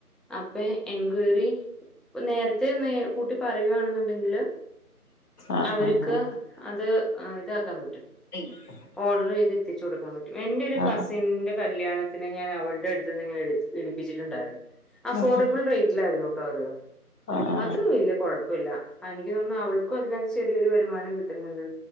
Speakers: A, in the centre; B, on the left (about 80°).
A: അപ്പൊ എൻക്വയറി നേരത്തെ നേ കൂട്ടി പറയുവാണെന്നുണ്ടെങ്കില്
B: ആഹ്
A: അവർക്ക്
B: ആഹ് ആഹ്
A: അത് ആ ഇതാക്കാൻ പറ്റും
B: അ <unintelligible>
A: ഓർഡർ ചെയ്ത് എത്തിച്ച് കൊടുക്കാൻ പറ്റും എന്റെ ഒരു
B: ആഹ്
A: കസിന്റെ കല്യാണത്തിന് ഞാൻ അവളടെ അടുത്ത് നിന്നിങ്ങനെ എടു എടുപ്പിച്ചിട്ടുണ്ടായിരുന്നു. അഫോർഡബിൾ
B: ആഹ്
A: റേറ്റിലായിരുന്നു ട്ടോ അത്
B: ആഹ്
A: അത് വലിയ കുഴപ്പ പ്പമില്ല എനിക്ക് തോന്നുന്നു അവൾക്കും അതിനകത്ത് ചെറിയൊരു വരുമാനം കിട്ടുന്നുണ്ട്